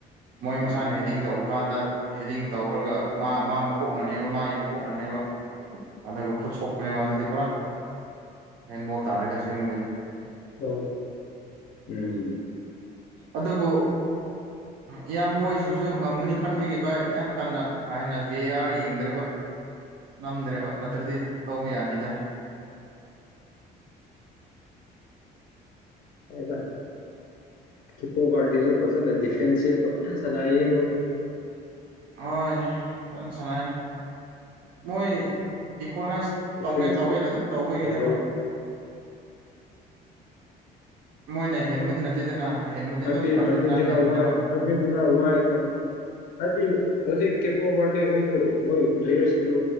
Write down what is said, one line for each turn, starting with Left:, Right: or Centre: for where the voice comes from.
Right: ꯃꯣꯏ ꯃꯁꯥꯅ ꯍꯦꯗꯤꯡ ꯇꯧꯕ ꯀꯥꯟꯗ ꯍꯦꯗꯤꯡ ꯇꯧꯔꯒ ꯃꯥ ꯃꯥ ꯃꯀꯣꯛꯅꯅꯦꯕ ꯃꯥꯒꯤ ꯃꯀꯣꯛꯅꯅꯦꯕ ꯑꯗꯨꯒ ꯈꯨꯠ ꯁꯣꯛꯄꯅꯦꯕ ꯑꯗꯨꯗꯤ ꯄꯨꯔꯥ ꯍꯦꯟꯐꯧ ꯇꯥꯔꯦ ꯇꯁꯦꯡꯕꯗꯤ
Left: ꯍ ꯎꯝ
Right: ꯑꯗꯨꯕꯨ ꯏꯌꯥꯝꯕ ꯍꯁꯤꯡꯁꯨ ꯉꯝꯒꯅꯤ ꯈꯟꯕꯒꯤ ꯚꯥꯏ ꯌꯥꯝ ꯀꯟꯅ ꯀꯥ ꯍꯦꯟꯅ ꯚꯦ ꯑꯥꯔ ꯌꯦꯡꯗ꯭ꯔꯦꯕ ꯅꯝꯗ꯭ꯔꯦꯕ ꯅꯠꯇ꯭ꯔꯗꯤ ꯂꯧꯕ ꯌꯥꯅꯤꯗ <inaudible>
Left: ꯍꯣꯏꯗ ꯀꯤꯞꯄꯣ ꯄꯥꯔꯇꯤꯁꯨ ꯐꯖꯅ ꯗꯤꯐꯦꯟꯁꯤꯞꯇ ꯐꯅ ꯁꯅꯥꯌꯦ ꯃꯣꯏꯁꯨ
Right: ꯍꯣꯏ ꯍ ꯁꯥꯏ ꯃꯣꯏ ꯀꯣꯂꯥꯏꯁ
Left: ꯗꯤꯐꯦꯟꯁꯁꯨ
Right: ꯇꯧꯒꯦ ꯇꯧꯒꯦꯅ ꯑꯗꯨꯝ ꯇꯧꯕꯒꯤꯅꯦꯕ
Left: ꯐꯖꯩ
Right: ꯃꯣꯏꯅ ꯍꯦꯟꯕꯗꯤ ꯅꯠꯇꯦꯗꯅ ꯍꯦꯟꯕꯗꯤ
Left: ꯍꯥꯏꯕꯗꯤ
Right: ꯑꯗꯨꯝ ꯑꯥꯔꯖꯦꯟꯇꯤꯅꯥꯅ
Left: ꯑꯔꯖꯦꯟꯇꯤꯅꯥ
Right: ꯍꯦꯟꯕꯅꯦꯕ
Left: ꯋꯥꯏ ꯑꯔꯖꯦꯟꯇꯤꯅꯥ ꯋꯥꯏ ꯍꯥꯏꯗꯤ ꯍꯧꯖꯤꯛ ꯀꯦꯄꯣ ꯋꯥꯔꯗꯦ ꯑꯣꯏꯣꯏꯗꯨ ꯃꯣꯏ ꯀꯂꯤꯌꯥꯔꯁꯤ ꯁꯤꯡꯗꯣ